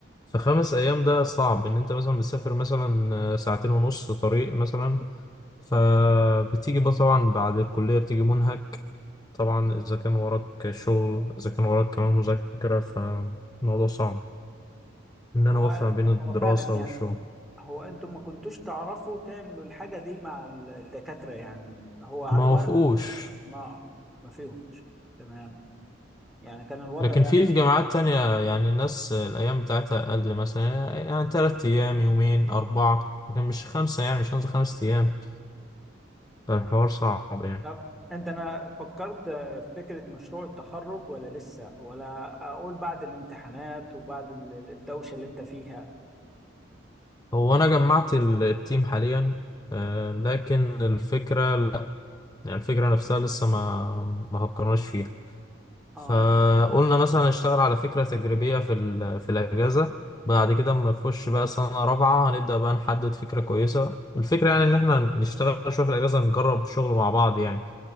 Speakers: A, on the left; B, in the centre.
A: فخمس ايام ده صعب ان انت مثلا بتسافر مثلا ساعتين ونص طريق مثلا فبتيجي بقى طبعا بعد الكليه بتيجي منهك طبعا اذا كان وراك شغل اذا كان وراك كمان مذاكره فالموضوع صعب ان
B: هو
A: انا اوفق ما بين
B: هو
A: الدراسه
B: فعلا يعني
A: والشغل
B: هو انتم ما كنتوش تعرفوا تعملوا الحاجة دي مع الدكاترة يعني هو على
A: ما
B: الورق
A: وافقوش
B: ما ما فيهمش تمام يعني كان الوضع
A: لكن في في جامعات تانية يعني الناس الأيام بتاعتها أقل مثلا يعني تلات أيام يومين أربعة لكن مش خمسة يعني مش هنزل خمس أيام فالحوار صعب يعني
B: طب انت انا فكرت في فكرة مشروع التخرج ولا لسه ولا اقول بعد الامتحانات وبعد ال- الدوشة اللي انت فيها
A: هو أنا جمعت ال- التيم حاليا آه، لكن الفكرة لأ يعني الفكرة نفسها لسه ما ما فكرناش فيها
B: اه
A: فقلنا مثلا نشتغل على فكرة تجريبية في ال- في الأجازة بعد كده اما نخش بقى سنة رابعة هنبدأ بقى نحدد فكرة كويسة الفكرة يعني إن إحنا نشتغل شوية في الأجازة نجرب شغل مع بعض يعني